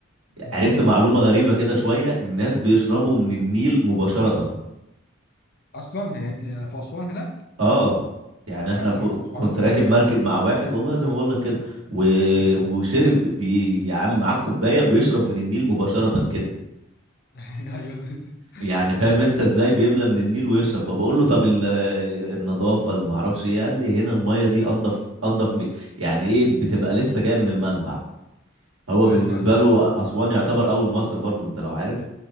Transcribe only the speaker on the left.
بالظبط
اصلا هي- هي في اسوان هناك
لا انا
دي ما كنتش
اعرفها
بصراحة
ايوه
ايوه
<laughs>
ايوه
ايوه